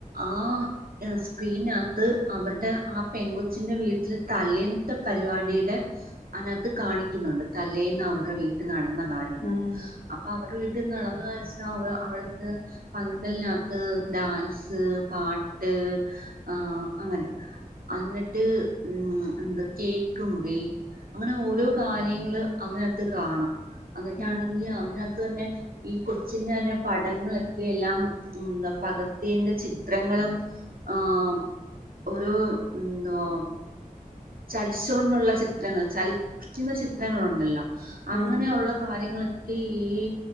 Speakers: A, on the right (about 85°); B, on the left (about 60°).
A: ആ സ്ക്രീനകത്ത് അവര്ടെ ആ പെൺകൊച് ചിൻ്റെ വീട്ടിൽ തലേന്നത്തെപരിപാടീടെ അനകത്ത് കാണിക്കുന്നുണ്ട് തലേന്നവരുടെ വീട്ടിൽ ന്നടന്ന കാര്യങ്ങൾ
B: ആഹ്
A: അപ്പൊ അവ <unintelligible> അവിടത്തെ പന്തലിനകത്ത് ഡാൻസ് പാട്ട് ആ അങ്ങനെ അന്നിട് ട്ട് ഉം എന്താ കേക്ക് മുറി അങ്ങനെ ഓരോ കാര്യങ്ങള് അതിനാത്ത് കാണാ അന്നിട്ടാണെങ്കി
B: ഉം
A: അതിനാത് ത് തന്നെ ഈ കൊച്ചിങ്ങന്നെ പടങ്ങളൊക്കെ എല്ലാം ഉം ന്താ പകർത്തിയേന്റെ ചിത്രങ്ങളും ആം ഓരോ ഉം ദോം ചലിശ്ശോണ്ടുള്ള ചിത്രങ്ങൾ ചലി ക്കുന്ന ചിത്രങ്ങളൊണ്ടല്ലോ അങ്ങനെ
B: ആഹ്
A: ഒള്ള കാര്യങ്ങള് റ്റീ ഈ